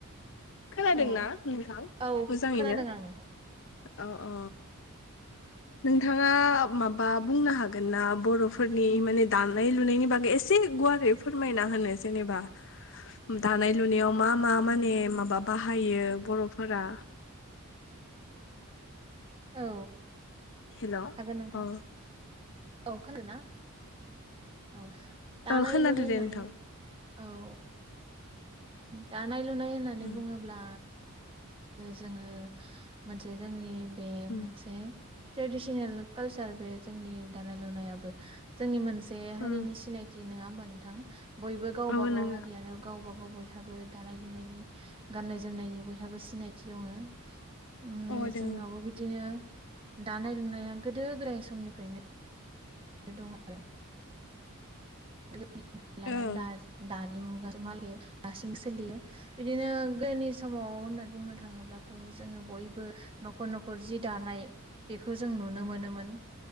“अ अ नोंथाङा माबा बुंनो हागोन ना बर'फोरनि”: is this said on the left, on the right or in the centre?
Left